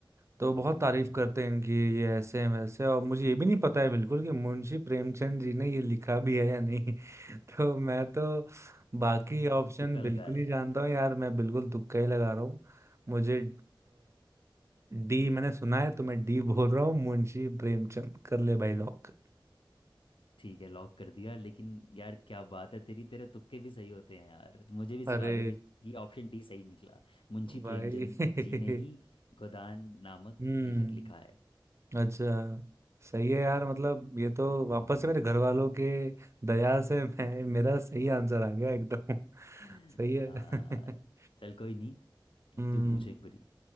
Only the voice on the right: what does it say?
तो
बहुत तारीफ करते हैं इनकी ये ऐसे हैं वैसे हैं, और मुझे ये भी नहीं पता है बिल्कुल कि मुंशी प्रेमचंद जी ने ये लिखा भी है या नहीं <laughs> तो मैं तो बाकी ऑप्शन
बिल्कुल
ही जानता
हूँ यार मैं बिल्कुल तुक्का ही लगा रहा हूँ मुझे डी मैंने सुना है तो मैं डी बोल रहा हूँ मुंशी प्रेमचंद कर ले भाई लॉक
अरे
भाई
<laughs>
हम्म
अच्छा सही है यार मतलब ये तो
वापस से मेरे घर वालों के दया से मैं मेरा सही आंसर आ गया एकदम <laughs>
सही है <laughs>
हम्म